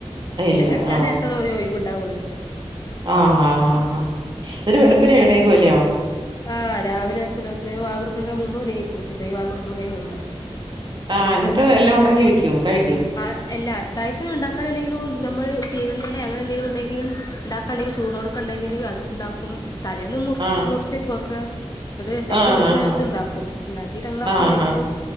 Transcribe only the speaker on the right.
ഇല്ല
ആ,
ആ ആ ആഹ ഇരു വെളുപ്പനെ എഴുന്നേക്കുവല്ലയോ.
ആ എന്നിട്ട് എല്ലാം ഉണ്ടാക്കി വെക്കും, കഴിക്കും.
ആഹ്
ആഹ് ആഹ് ആഹ്
ആഹാ.